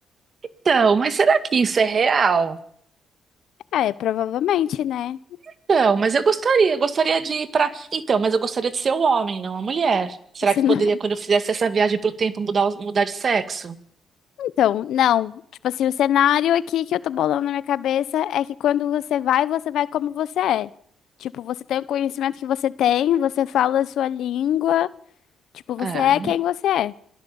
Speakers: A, on the right; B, on the left.
A: Então, mas será que isso é real?
B: Ah, É, provavelmente, né?
A: Então, mas eu gostaria, eu gostaria de ir para. Então, mas eu gostaria de ser o homem, não a mulher. Será
B: Se
A: que
B: não-
A: poderia, quando eu fizesse essa viagem pro tempo, mudar, o- mudar de sexo?
B: Então, não. Tipo assim, o cenário aqui que eu tô bolando na minha cabeça é que quando você vai, você vai como você é. Tipo, você tem o conhecimento que você tem, você fala a sua língua, tipo, você
A: Ah,
B: é quem você é.